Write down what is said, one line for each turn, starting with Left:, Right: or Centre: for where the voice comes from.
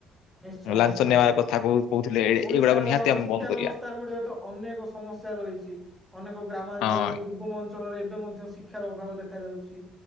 Centre: ନିଶ୍ଚୟ ନିଶ୍ଚୟ
Left: ଲାଞ୍ଚ
Centre: ଆଜ୍ଞା
Left: ନେବା କଥା କହୁ କହୁଥିଲେ
Centre: ଓଡିଶାର
Left: ଏଇଗୁଡାକ ନିହାତି ଆମେ
Centre: ଶିକ୍ଷା
Left: ବନ୍ଦ କରିବା।
Centre: ବ୍ୟବସ୍ଥାର ଗୁଡେ ତ ଅନେକ ସମସ୍ୟା ରହିଛି ଅନେକ ଗ୍ରାମାଞ୍ଚଳ
Left: ହଁ
Centre: ଦୁର୍ଗମ ଅଞ୍ଚଳ ଅଞ୍ଚଳରେ ଏବେ ମଧ୍ୟ ଶିକ୍ଷାର ଅଭାବ ଦେଖାଯାଉଚି।